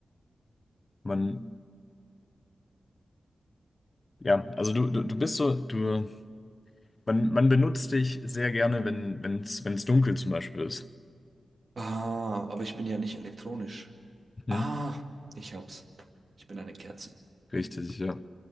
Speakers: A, on the left; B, on the right.
A: man, ja, also du, du, du bist so, du, man, man benutzt dich sehr gerne, wenn, wenn's, wenn's dunkel zum Beispiel ist.
B: Ah, aber ich bin ja nicht elektronisch.
A: Mhm.
B: Ah, ich hab's. Ich bin eine Kerze.
A: Richtig, ja.